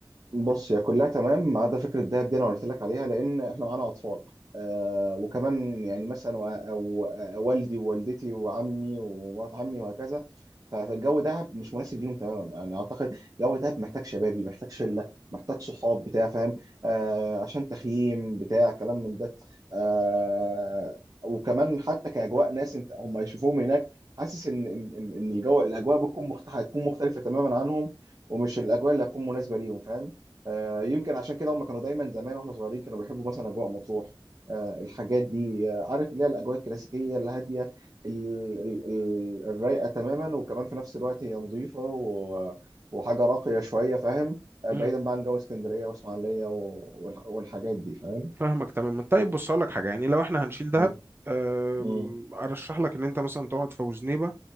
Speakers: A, on the right (about 40°); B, on the right (about 25°).
A: بص هي كلها تمام ما عدا فكره الدهب دي انا قلت لك عليها لان احنا معانا اطفال آه وكمان يعني مثلا و- او آه، والدي ووالدتي وعمي ومرات عمي وهكذا فالجو دهب مش مناسب ليهم تماما يعني اعتقد جو دهب محتاج شبابي محتاج شله محتاج صحاب بتاع فاهم آه عشان تخييم بتاع كلام من ده آه وكمان حتى كاجواء ناس انت هم يشوفوهم هناك حاسس ان ان ان إن الجو الاجواء بتكون مختلفه هتكون مختلفه تماما عنهم ومش الاجواء اللي هتكون مناسبه ليهم فاهم آه، يمكن عشان كده هم كانوا دايما زمان واحنا صغيرين كانوا بيحبوا مثلا اجواء مطروح آه، الحاجات دي آه، عارف اللي هي الاجواء الكلاسيكيه الهاديه ال- ال- ال- الرايقه تماما وكمان في نفس الوقت هي نظيفه و- وحاجه راقيه شويه فاهم آه،
B: مم.
A: بعيدا بقى عن جو اسكندريه واسماعيليه و- والح- والحاجات دي فاهم
B: فاهمك تماما طيب بص اقول لك حاجه يعني لو احنا هنشيل دهب
A: م-
B: أم،
A: م-
B: ارشح لك ان انت مثلا تقعد في وزنيبه